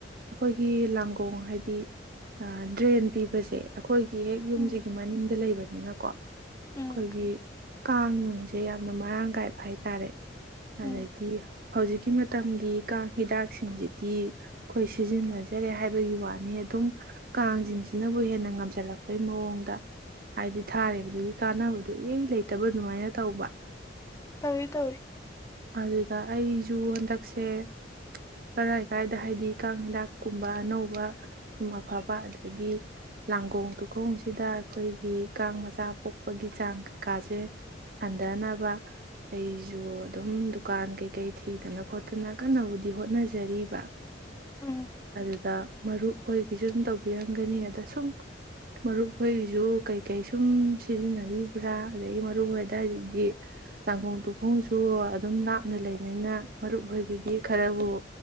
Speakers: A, on the right; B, on the left.
A: ꯑꯩꯈꯣꯏꯒꯤ ꯂꯥꯡꯒꯣ ꯈꯣꯡ ꯍꯥꯏꯗꯤ ꯗ꯭ꯔꯦꯟ ꯄꯤꯕꯁꯦ ꯑꯩꯈꯣꯏꯒꯤ ꯍꯦꯛ ꯌꯨꯝꯁꯤꯒꯤ
B: ꯎꯝ
A: ꯃꯅꯤꯡꯗ ꯂꯩꯕꯅꯤꯅꯀꯣ ꯑꯩꯈꯣꯏꯒꯤ
B: ꯎꯝ
A: ꯀꯥꯡ ꯅꯨꯡꯁꯦ ꯌꯥꯝꯅ ꯃꯔꯥꯡ ꯀꯥꯏꯕ ꯍꯥꯏꯇꯥꯔꯦ ꯑꯗꯨꯗꯒꯤ
B: ꯎꯝ
A: ꯍꯧꯖꯤꯛꯀꯤ ꯃꯇꯝꯒꯤ ꯀꯥꯡ ꯍꯤꯗꯥꯛꯁꯤꯡꯁꯤꯗꯤ ꯑꯩꯈꯣꯏ ꯁꯤꯖꯤꯟꯅꯖꯔꯦ ꯍꯥꯏꯕꯒꯤ ꯋꯥꯅꯤ ꯑꯗꯨꯝ ꯀꯥꯡꯁꯤꯡꯁꯤꯅꯕꯨ ꯍꯦꯟꯅ ꯉꯝꯁꯤꯜꯂꯛꯄꯩ ꯃꯑꯣꯡꯗ ꯍꯥꯏꯗꯤ ꯊꯥꯔꯤꯕꯗꯨꯒꯤ ꯀꯥꯟꯅꯕꯗꯨꯣ ꯏ ꯂꯩꯇꯕ ꯑꯗꯨꯃꯥꯏꯅ ꯇꯧꯕ
B: ꯇꯋꯏ ꯇꯋꯏ
A: ꯑꯗꯨꯒ ꯑꯩꯁꯨ ꯍꯟꯗꯛꯁꯦ ꯀꯔꯥꯏ ꯂꯩꯀꯥꯏꯗ ꯍꯥꯏꯗꯤ ꯀꯥꯡ ꯍꯤꯗꯥꯛ ꯀꯨꯝꯕ ꯑꯅꯧꯕ ꯁꯨꯝ ꯑꯐꯕ ꯑꯗꯒꯤ ꯂꯥꯡꯒꯣꯡ ꯇꯨꯈꯣꯡꯁꯤꯗ ꯑꯩꯈꯣꯏꯒꯤ ꯀꯥꯡ ꯃꯆꯥ ꯄꯣꯛꯄꯒꯤ ꯆꯥꯡ ꯀꯩꯀꯥꯁꯦ ꯍꯟꯊꯅꯕ ꯑꯩꯁꯨ ꯑꯗꯨꯝ ꯗꯨꯀꯥꯟ ꯀꯩꯀꯩ ꯊꯤꯗꯅ ꯈꯣꯠꯇꯅ ꯀꯟꯅꯕꯨꯗꯤ ꯍꯣꯠꯅꯖꯔꯤꯕ
B: ꯎꯝ
A: ꯑꯗꯨꯗ ꯃꯔꯨꯞ ꯍꯣꯏꯒꯤꯁꯨ ꯑꯗꯨꯨꯝ ꯇꯧꯕꯤꯔꯝꯒꯅꯤ ꯑꯗ ꯁꯨꯝ ꯃꯔꯨꯞ ꯍꯣꯏꯒꯤꯁꯨ ꯀꯩꯀꯩ ꯁꯨꯝ ꯁꯤꯖꯤꯟꯅꯕꯤꯕ꯭ꯔꯥ ꯑꯗꯒꯤ ꯃꯔꯨꯞ ꯍꯣꯏꯋꯥꯏꯗꯨꯗꯤ ꯂꯥꯡꯈꯣꯡ ꯇꯨꯈꯣꯡꯁꯨ ꯑꯗꯨꯝ ꯂꯥꯞꯅ ꯂꯩꯕꯅꯤꯅ ꯃꯔꯨꯞ ꯍꯣꯏꯒꯤꯗꯤ ꯈꯔꯕꯨ